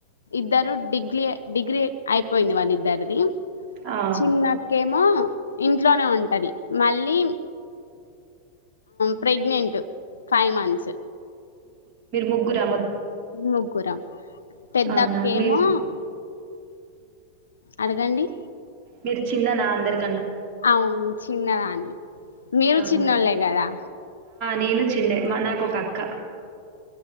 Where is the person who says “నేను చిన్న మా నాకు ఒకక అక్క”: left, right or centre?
Right